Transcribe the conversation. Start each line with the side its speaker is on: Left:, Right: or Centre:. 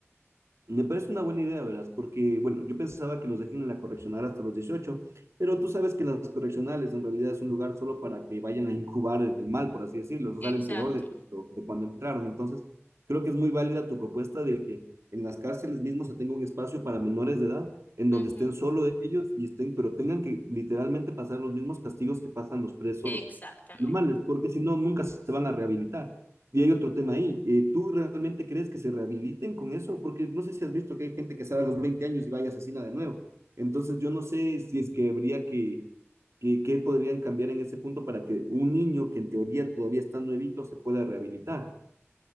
Right: Me parece una buena idea, verás, porque, bueno, yo pensaba que los dejen en la correccional hasta los dieciocho pero tú sabes que las correccionales en realidad es un lugar solo para que vayan a incubar el mal, por así decirlo, o sea, salen
Left: Exacto.
Right: peor de cuando, de cuando entraron. Entonces, creo que es muy válida tu propuesta de que en las cárceles mismo se tenga un espacio para menores de edad, en donde
Left: Ujú,
Right: estén solo ellos y estén, pero tengan que literalmente pasar los mismos castigos que pasan los presos
Left: Exactamente.
Right: normales, porque si no, nunca se van a rehabilitar. Y hay otro tema ahí. eh, ¿tú realmente crees que se rehabiliten con eso? Porque no sé si has visto que hay gente que sale a los 20 años y va y asesina de nuevo. Entonces, yo no sé si es que habría que, que, que podrían cambiar en ese punto para que un niño que en teoría todavía está nuevito se pueda rehabilitar.